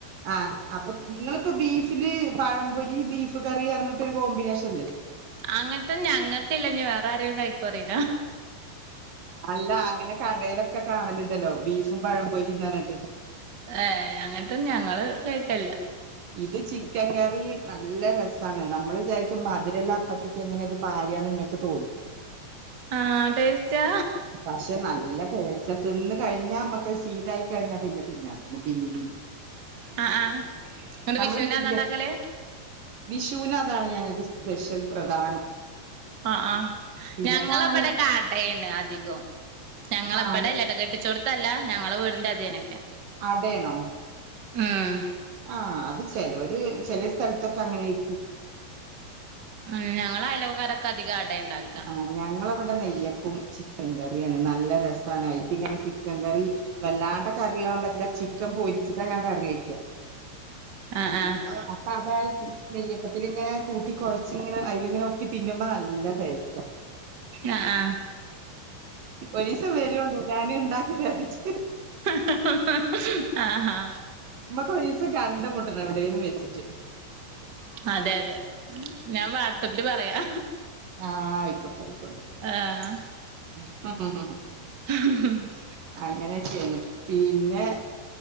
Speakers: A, on the right (about 60°); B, on the right (about 35°).
A: ആഹ്, അപ്പൊ ങ്ങൾക്ക് ബീഫില് പഴംപൊരി, ബീഫ് കറി, ർഞ്ഞിട്ടൊരു കോമ്പിനേഷൻ ഇല്ലേ
B: അങ്ങനത്തെ ഞങ്ങൾക്ക് ഇല്ല വേറെ ആരേലും കഴിക്കോന്ന് അറീല്ല
A: അല്ല അങ്ങനെ കടേലൊക്കെ കാണല്ണ്ടല്ലോ, ബീഫും പഴംപൊരിം ന്നർഞ്ഞിട്ട്
B: ഏഹ് അങ്ങനത്തെ ഒന്നും ഞങ്ങള് കഴിക്കലില്ല
A: ഇത് ചിക്കൻ കറി നല്ല രസാണ് നമ്മള് വിചാരിക്കും മധുരള്ള അപ്പത്തേക്ക് എങ്ങനെ അത് പാരാന്ന് നിങ്ങക്ക് തോന്നും
B: ആഹ് ടേസ്റ്റാ
A: പക്ഷെ നല്ല ടേസ്റ്റ, തിന്ന് കഴിഞ്ഞാ മ്മക്ക് ശീലായി കഴിഞ്ഞാ പിന്നെ തിന്നാൻ തോന്നും പിന്നിം പിന്നിം
B: അ ആഹ് എന്നിട്ട്
A: നമ്മള്
B: വിഷുവിന്
A: നെയ്യപ്പ
B: അതാ ഇണ്ടാക്കല്
A: വിഷുവിന് അതാണ് ഞങ്ങൾക്ക് സ്പെഷ്യൽ പ്രധാനം
B: ആ ആ
A: പിന്നെ
B: ഞങ്ങള
A: പായ
B: ബടെ അടേണ് അധികും ഞങ്ങളെ
A: ആഹ്
B: ഇബടെ അല്ലേട്ടോ കെട്ടിച്ചോ ടത്തല്ല ഞങ്ങളെ വീടിന്റെ അതേനൊക്കെ
A: അടേണോ?
B: ആന്
A: ആ അത് ചെലോര്, ചെലെ സ്ഥൽത്തൊക്കെ അങ്ങനേര്ക്കും
B: ഉം ഞങ്ങളെ അയലോക്ക ക്കാരൊക്കെ അതികം അട ഇ ണ്ടാക
A: ആഹ് ഞങ്ങളവിടെ നെയ്യപ്പും ചിക്കൻ കറിയാണ് നല്ല രസാണ് അയിക്ക് ഇങ്ങനെ ചിക്കൻ കറി വല്ലാണ്ട് കറി ആകാൻ പറ്റില്ല ചിക്കൻ പൊരിച്ചിട്ടാ ഞാൻ കറി വെക്ക
B: ആഹ് ആഹ്
A: അപ്പ അതാണ് നെയ്യ അപ്പത്തില് ഇങ്ങനെ കൂട്ടി കൊയച്ച് ഇങ്ങനെ അയ്ല് ഇങ്ങനെ ഒക്കെ തിന്നുമ്പ നല്ല ടേസ്റ്റാ
B: ആഹ് ആഹ്
A: ഒരീസം വരോണ്ടു ഞാന് ഇണ്ടാക്കി തരണ്ട്
B: ഹ ഹ ഹ ഹആ ആ
A: നമ്മക്ക് ഒരു ദിവസം കണ്ട്മുട്ടണം എവിടേലും വെച്ചിട്ട്
B: അതെ അതെ ഞാൻ വാട്സപ്പില് പറയാ
A: ആഹ് ആയിക്കോട്ടെ ആയിക്കോട്ടെ
B: ആഹ് അ
A: <inaudible>
B: <inaudible>
A: അങ്ങനെക്കെ ആണ് പിന്നെ